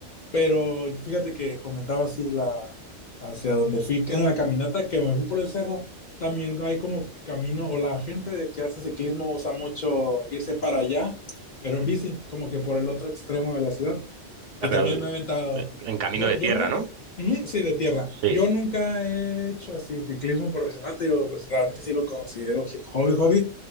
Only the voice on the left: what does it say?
pero fíjate que comentaba así la, hacia donde fui en la caminata que me fui por el cerro, también hay como camino, o la gente de que hace ciclismo usa mucho irse para allá, pero
en bici,
como que por el otro extremo de la ciudad.
Y
también
me he aventado.
Yo,
yo
nunca,
ujú, sí, de tierra.
Yo nunca he hecho así ciclismo profesional, te digo, pues realmente sí lo considero je- hobby, hobby,